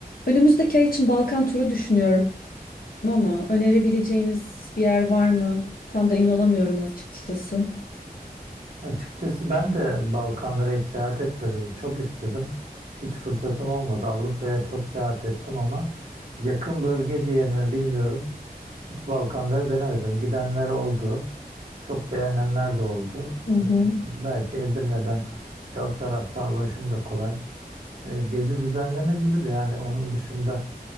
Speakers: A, on the left; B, on the right.
A: Önümüzdeki ay için Balkan turu düşünüyorum ama önerebileceğiniz bir yer var mı? Tam da emin olamıyorum açıkçası.
B: Açıkçası ben de Balkanlara hiç seyahat etmedim. Çok istedim. Hiç fırsatım olmadı. Avrupa'ya çok seyahat ettim ama yakın bölge diye mi bilmiyorum. Hiç Balkanları denemedim. Gidenler oldu. Çok beğenenler de oldu.
A: Hı hı.
B: Ee, Belki Edirne'den ve o taraftan ulaşım da kolay. Ee, Gezi düzenlenebilir yani. Onun dışında